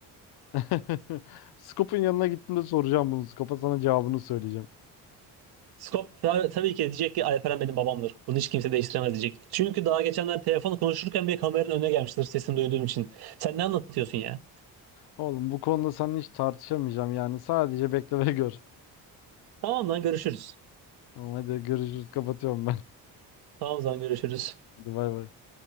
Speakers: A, on the left; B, on the right.
A: <laughs> Scope'un yanına gittiğimde soracağım bunu Scope'a sana cevabını söyleyeceğim.
B: Skop ta- tabii ki diyecek ki Alperen benim babamdır. Bunu hiç kimse değiştiremez diyecek. Çünkü daha geçenler telefonu konuşurken bile kameranın önüne gelmiştir sesini duyduğum için. Sen ne anlatıyorsun ya?
A: Oğlum bu konuda seninle hiç tartışamayacağım yani sadece bekle ve gör.
B: Tamam lan görüşürüz.
A: Tamam hadi görüşürüz kapatıyorum ben.
B: Tamam lan görüşürüz.
A: <laughs> Hadi bay bay.